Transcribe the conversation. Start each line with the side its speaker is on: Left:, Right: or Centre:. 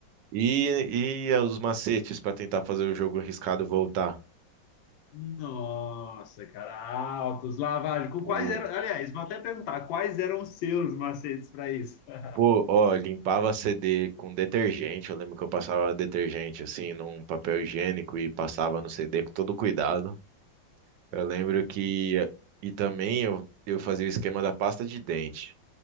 Right: E, e os macetes para tentar fazer o jogo arriscado voltar.
Left: Nossa, cara, altos, lavagem.
Right: Pô,
Left: Quais eram, aliás, vou até perguntar, quais eram os seus macetes para isso? <laughs>
Right: pô, ó, limpava CD com detergente. Eu lembro que eu passava detergente assim num papel higiênico e passava no CD com todo cuidado. Eu lembro que e também eu, eu fazia o esquema da pasta de dente.